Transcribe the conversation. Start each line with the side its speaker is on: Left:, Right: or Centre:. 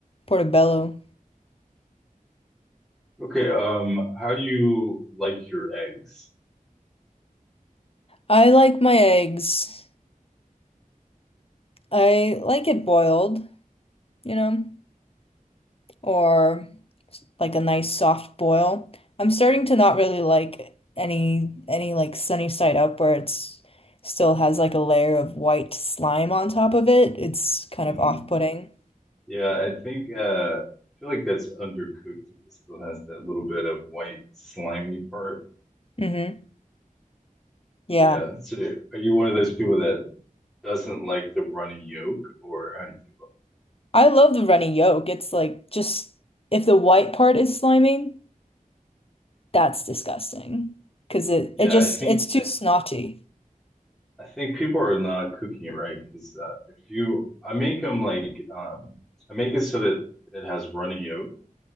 Left: portobello.
Centre: Okay, um, how do you like your eggs?
Left: I like my eggs. I like it boiled, you know, or like a nice soft boil. I'm starting to not really like any any like sunny side up where it's still has like a layer of white slime on top of it. It's kind
Centre: Hmm.
Left: of off-putting.
Centre: Yeah, I think uh, I feel like that's undercooked if it still has that little bit of white slimy part.
Left: hmm Yeah.
Centre: Yeah, that's it. Are you one of those people that doesn't like the runny yolk, or how do you feel about
Left: I love the runny yolk. It's like just if the white part is slimy, that's disgusting. Cause it
Centre: it?
Left: it
Centre: Yeah,
Left: just
Centre: I think
Left: it's too
Centre: I, th-
Left: snotty.
Centre: I think people are not cooking it right because uh, if you, I make them like um, I make it so that it has runny yolk.